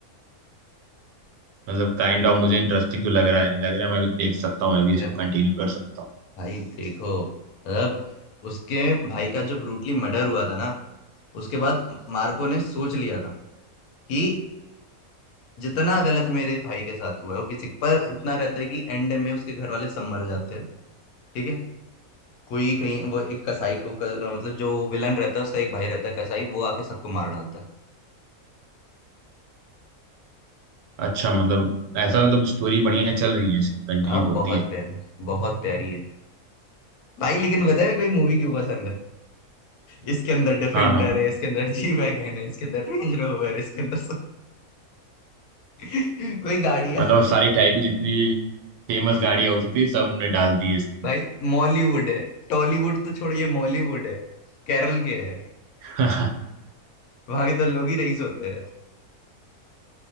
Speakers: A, on the right; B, on the left.
A: मतलब काइंड ऑफ मुझे इंटरेस्टिंग तो लग रहा है लग रहा है मैं भी देख सकता हूँ मैं भी इसको
B: अरे
A: कंटिन्यू कर सकता हूँ
B: भाई देखो मतलब उसके भाई का जो ब्रूटली मर्डर हुआ था ना उसके बाद मार्को ने सोच लिया था कि जितना गलत मेरे भाई के साथ हुआ है वो किसी पर इतना रहता है कि एंड में उसके घर वाले सब मर जाते हैं ठीक है कोई कहीं वो एक कसाई को क, मतलब जो विलन रहता है उसका एक भाई रहता है कसाई वो आके सबको मार डालता है
A: अच्छा मतलब ऐसा मतलब स्टोरी बढ़िया चल रही है इसकी कंटिन्यू
B: आप
A: होती
B: बहुत
A: है
B: प्यारी बहुत प्यारी है भाई लेकिन बताए मैं कोई मूवी क्यों पसंद है इसके अंदर डिफेंडर
A: हाँ हाँ
B: है इसके अंदर जी वैगन है इसके अंदर रेंज रोवर इसके अंदर सब <laughs> वही गाड़ियां
A: मतलब सारी टाइप की जितनी फेमस गाड़ियाँ हो सकती है सब ने डाल दी है इसकी
B: भाई मॉलीवुड है टॉलीवुड तो छोड़िए मॉलीवुड है केरल के है
A: <laughs>
B: वहां के तो लोग ही रईस होते हैं